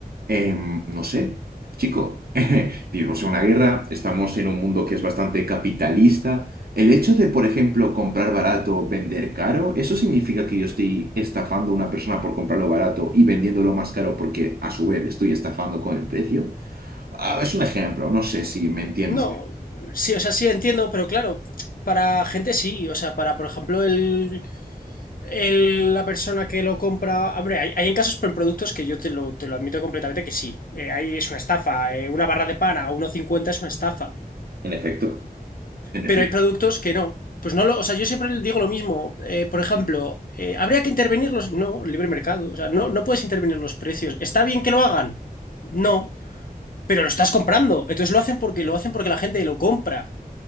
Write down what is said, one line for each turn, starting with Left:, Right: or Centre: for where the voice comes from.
Right: Em, no sé, chico, <laughs> vivimos en una guerra, estamos en un mundo que es bastante capitalista. El hecho de, por ejemplo, comprar barato, vender caro, ¿eso significa que yo estoy estafando a una persona por comprarlo barato y vendiéndolo más caro porque a su vez le estoy estafando con el precio? Ah, es un ejemplo, no sé si me entiendes.
Left: No, sí, o sea, sí entiendo, pero claro, para gente sí. O sea, para, por ejemplo, el el- la persona que lo compra. Hombre, hay, hay en casos con productos que yo te lo, te lo admito completamente que sí. eh, ahí es una estafa. eh, una barra de pan a uno cincuenta es una estafa.
Right: En efecto. En efecto.
Left: Pero hay productos que no. Pues no lo. O sea, yo siempre le digo lo mismo. eh, por ejemplo, eh, habría que intervenir los. No, libre mercado. O sea, no, no puedes intervenir los precios. ¿Está bien que lo hagan? No. Pero lo estás comprando. Entonces lo hacen porque lo hacen porque la gente lo compra.